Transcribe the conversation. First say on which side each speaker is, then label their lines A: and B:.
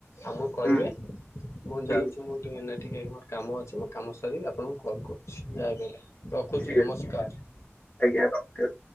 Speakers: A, on the left; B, on the left.
A: ଆମକୁ କହିବେ?
B: ହୁଁ
A: ମୁଁ
B: ହୁଁ
A: ଯାଉଛି, ମୁଁ ଟିକେ <inaudible> ମୋର କାମ ଅଛି, କାମ ସରିିକି ଆପଣଙ୍କୁ କଲ୍ କରୁଛି। <inaudible> ରଖୁଛି
B: ଠିକ
A: ନମସ୍କାର।
B: ଆଜ୍ଞା। <inaudible>